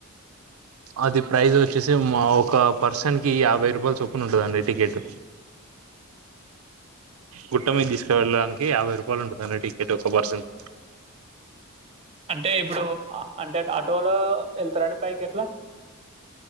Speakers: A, on the right (about 85°); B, on the right (about 30°).
A: అది ప్రైజ్ వచ్చేసి మా ఒక పర్సన్ కి యాభై రూపాయలు చొప్పున ఉంటందండి టికెట్ గుట్ట మీద తీసుకు వెళ్ళడానికి యాభై రూపాయలు ఉంటుందండి టికెట్ ఒక పర్సెంట్
B: అంటే ఇప్పుడు అంటే ఆటోలో వెళ్తారా అండి పైక్ ఎట్లా